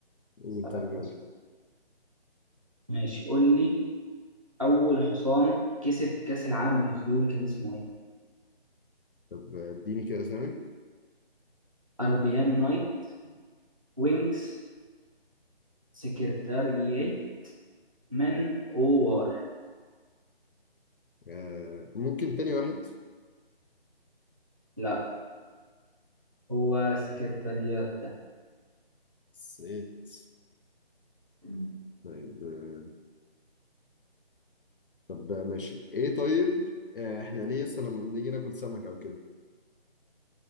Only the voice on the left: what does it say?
قول
طيب يلا
طب اديني كده أسامي
آه ممكن تاني واحد
صيت
طيب آه، طب آه، ماشي ايه طيب آه، احنا ليه اصلا لما بنيجي ناكل سمك او كده